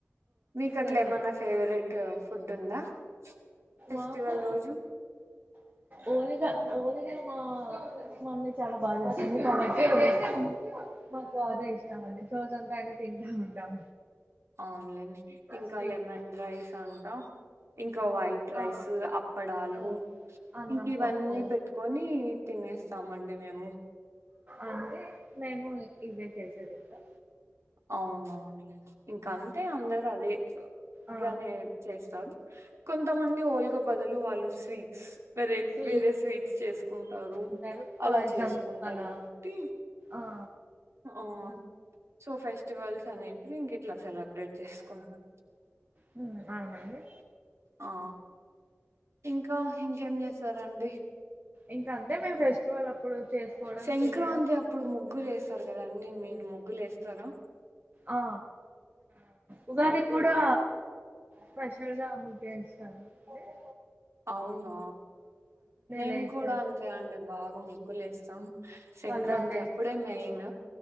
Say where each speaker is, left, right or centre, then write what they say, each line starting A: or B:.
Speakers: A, on the right; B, on the right.
A: మీక
B: మీరు
A: అట్లా ఏమన్నా ఫేవరెట్ ఫుడ్ ఉందా ఫెస్టివల్
B: మాకు
A: రోజు
B: ఓలిగా ఓలిగా మా మమ్మీ చాలా బాగా జేస్తుంది కాబట్టి మాకు అదే ఇష్టం అండి సోజంతా అ యినా తింటాం ఉంటాం.
A: అవున్లేండి ఇంకా
B: స్వీట్
A: లెమన్ రైస్ అంటా ఇం ఇంకా వైట్ రైసు
B: ఆ
A: అప్పడాలు
B: ఆ అన్నం
A: ఇంకి ఇవన్నీ
B: పప్పు
A: పెట్టుకోని తినేస్తామండి మేము.
B: అంటే మేము ఇవే చేసేదింకా
A: అవునవును ఇంక అంతే అందరు అదే
B: ఆ
A: గానే చేస్తారు కొంతమంది ఓలుగ బదులు వాళ్ళు స్వీట్స్ వెరే
B: స్వీట్
A: వేరే స్వీట్స్ చేసుకుంటారు.
B: అంటారు పాయసం
A: అలా చేసుకుంటారు
B: అలా
A: గావట్టీ
B: ఆ
A: ఆ సో ఫెస్టివల్స్ అనేటివి ఇంక ఇట్లా సెలబ్రేట్ చేసుకుంటాం.
B: హ్మ్ అవునండి.
A: ఆ ఇంకా ఇంకేం జేస్తారండి.
B: ఇంకా అంతే మేము ఫెస్టివల్ అప్పుడు చేసుకోవడం
A: సెంక్రాంతి
B: తినడం
A: అప్పుడు ముగ్గులు ఏస్తారు కదండి మీన్ ముగ్గులు ఏస్తారా
B: ఆ ఉగాది క్కూడా స్పెషల్గా ముగ్గెస్తారా అండి
A: అవునా మేము
B: లేస్తే
A: కూడా అంతే అండి బాగా ముక్కలేస్తాం. సెంక్రాంతి
B: కలర్లు వేసి
A: అప్పుడే మెయిన్